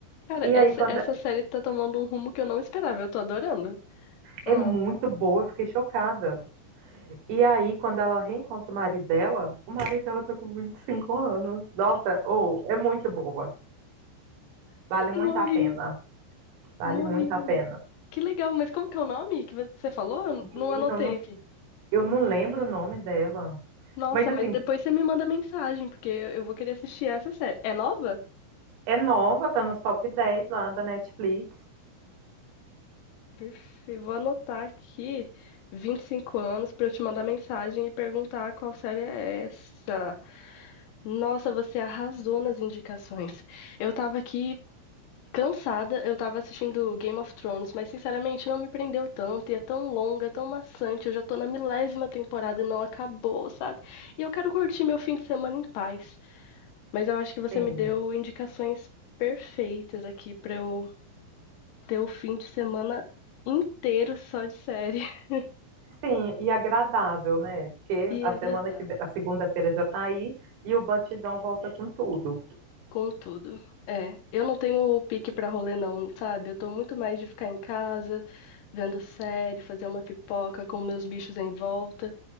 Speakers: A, on the left; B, on the right.
A: Cara,
B: E
A: essa,
B: aí, quando
A: essa série tá tomando um rumo que eu não esperava. Eu tô adorando.
B: é
A: Ah,
B: muito boa, eu fiquei chocada. E aí, quando ela reencontra o marido dela, o marido dela tá com 25 anos. Nossa, ou é muito boa. Vale muito
A: morri,
B: a pena. Vale
A: morri.
B: muito a pena.
A: Que legal, mas como que é o nome que você falou? Eu
B: Menina,
A: não anotei
B: eu não,
A: aqui.
B: eu não lembro o nome dela.
A: Nossa,
B: Mas assim,
A: mas depois você me manda mensagem, porque eu vou querer assistir essa série. É nova?
B: É nova, tá nos top 10 lá da Netflix.
A: Perfe- Vou anotar aqui 25 anos para eu te mandar mensagem e perguntar qual série é essa. Nossa, você arrasou nas indicações. Eu tava aqui cansada, eu tava assistindo Game of Thrones, mas sinceramente não me prendeu tanto e é tão longa, é tão maçante. Eu já tô na milésima temporada e não acabou, sabe? E eu quero curtir meu fim de semana em paz. Mas eu acho que você
B: Sim.
A: me deu indicações perfeitas aqui para eu ter o fim de semana inteiro só de série <laughs>
B: Sim, e agradável, né? Porque
A: e
B: a
A: agradável.
B: semana que vem, a segunda-feira já tá aí e o batidão volta com tudo.
A: Contudo, é, eu não tenho pique pra rolê não, sabe? Eu tô muito mais de ficar em casa, vendo série, fazer uma pipoca com meus bichos em volta.